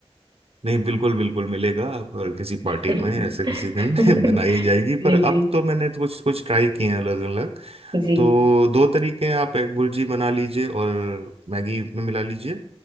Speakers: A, on the right; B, on the right.
A: नहीं बिल्कुल बिल्कुल मिलेगा और किसी पार्टी
B: <laughs>
A: में ऐसे किसी दिन <laughs> बनाई जाएगी
B: जी
A: पर
B: जी
A: अब तो मैंने तो कुछ कुछ ट्राई किए हैं अलग अलग
B: जी
A: तो दो तरीके हैं आप एग बुर्जी बना लीजिए और मैगी में मिला लीजिए